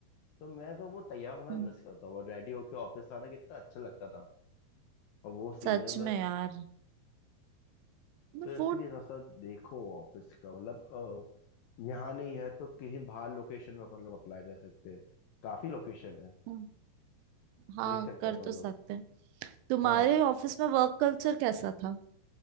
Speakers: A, on the left (about 75°); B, on the right (about 85°).
A: तो मैं तो वो तैयार होना
B: हम्म,
A: मिस करता हूँ रेडी होके ऑफिस आना कितना अच्छा लगता था और वो सीन
B: सच
A: है
B: में
A: बस
B: यार मैं
A: तो इसलिए
B: वो
A: थोड़ा सा देखो ऑफिस का मतलब अ, यहाँ नहीं है तो कहीं बाहर लोकेशन में अपन लोग अप्लाई कर सकते हैं काफी लोकेशन है
B: हम्म। हाँ
A: देख सकते
B: कर
A: हैं अपन
B: तो सकते
A: लोग
B: हैं तुम्हारे
A: हाँ
B: ऑफिस में वर्क कल्चर कैसा था